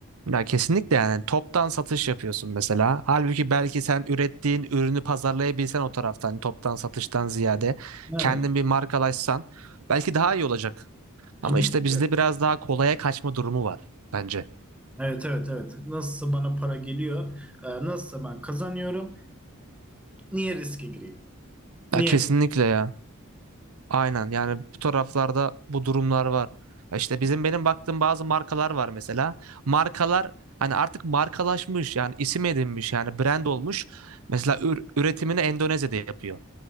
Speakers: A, on the right (about 80°); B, in the centre.
A: Ya kesinlikle yani toptan satış yapıyorsun mesela. Halbuki belki sen ürettiğin ürünü pazarlayabilsen o taraftan toptan satıştan ziyade
B: Evet.
A: kendin bir markalaşsan belki daha iyi olacak.
B: Tabii
A: Ama işte
B: ki
A: bizde
B: de
A: biraz daha kolaya kaçma durumu var bence.
B: Evet evet evet. Nasılsa bana para geliyor. Ee, nasılsa ben kazanıyorum. Niye riske gireyim? Niye?
A: Ya kesinlikle ya. Aynen yani bu taraflarda bu durumlar var. Ya İşte bizim benim baktığım bazı markalar var mesela. Markalar hani artık markalaşmış yani isim edinmiş yani brand olmuş. Mesela ür- üretimini Endonezya'da yapıyor.